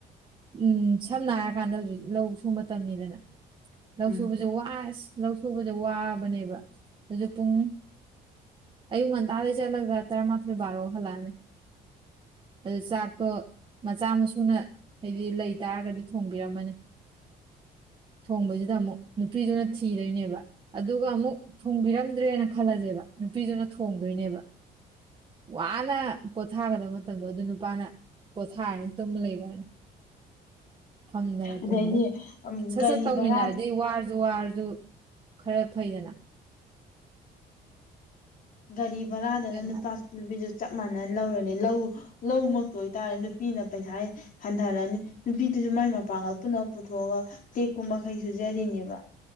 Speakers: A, on the right; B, on the left.
A: ꯎꯝ ꯁꯝꯅ ꯍꯥꯏꯔ ꯀꯥꯟꯗ ꯍꯧꯖꯤꯛ ꯂꯧ ꯁꯨꯕ ꯃꯇꯝꯅꯤꯗꯅ ꯂꯧ
B: ꯎꯝ
A: ꯁꯨꯕꯁꯦ ꯋꯥꯁ ꯂꯧ ꯁꯨꯕꯁꯦ ꯋꯥꯕꯅꯦꯕ ꯑꯗꯨ ꯄꯨꯡ ꯑꯌꯨꯛ ꯉꯟꯇꯥꯗ ꯆꯠꯂꯒ ꯇꯔꯥꯃꯥꯊꯣꯏ ꯕꯥꯔꯣ ꯍꯜꯂꯛꯑꯅꯤ ꯑꯗꯨ ꯆꯥꯛꯇꯣ ꯃꯆꯥ ꯃꯁꯨꯅ ꯍꯥꯏꯗꯤ ꯂꯩꯇꯥꯥꯔꯒꯗꯤ ꯊꯣꯡꯕꯤꯔꯝꯃꯅꯤ ꯊꯣꯡꯕꯁꯤꯗ ꯑꯃꯨꯛ ꯅꯨꯄꯤꯗꯨꯅ ꯊꯤꯗꯣꯏꯅꯦꯕ ꯑꯗꯨꯒ ꯑꯃꯨꯛ ꯊꯣꯡꯕꯤꯔꯝꯗ꯭ꯔꯦꯅ ꯈꯜꯂꯁꯦꯕ ꯅꯨꯄꯤꯗꯨꯅ ꯊꯣꯡꯗꯣꯏꯅꯦꯕ ꯋꯥꯅ ꯄꯣꯊꯥꯒꯗꯕ ꯃꯇꯝꯗꯣ ꯑꯗꯨ ꯅꯨꯄꯥꯅ ꯄꯣꯊꯥꯔꯅꯤ ꯇꯨꯝ ꯂꯩꯒꯔꯅꯤ ꯐꯝꯗꯅ
B: ꯑꯗꯩꯗꯤ
A: ꯇꯨꯝꯗꯅ ꯁꯠ
B: ꯒꯥꯔꯤ
A: ꯁꯠ ꯇꯧꯃꯤꯟꯅꯔꯗꯤ
B: ꯚꯔꯥꯗ
A: ꯋꯥꯔꯁꯨ ꯋꯥꯔꯁꯨ ꯈꯔ ꯐꯩꯗꯅ
B: ꯒꯥꯔꯤ ꯕꯔꯥꯗꯅ
A: ꯀꯩꯅ
B: ꯂꯨꯄꯥ ꯅꯨꯄꯤꯁꯨ ꯆꯞ ꯃꯥꯟꯅ ꯂꯧꯔꯅꯤ ꯂꯧ ꯂꯧꯃꯛꯇ ꯑꯣꯏꯇꯥꯔꯁꯨ ꯅꯨꯄꯤꯅ ꯄꯩꯁꯥ ꯍꯟꯊꯔꯅꯤ ꯅꯨꯄꯤꯗꯨꯁꯨ ꯃꯥꯏ ꯃꯄꯥꯡꯒꯜ ꯄꯨꯅꯃꯛ ꯄꯨꯊꯣꯛꯑꯒ ꯇꯦꯛꯄ ꯃꯈꯩ ꯁꯨꯖꯔꯤꯅꯦꯕ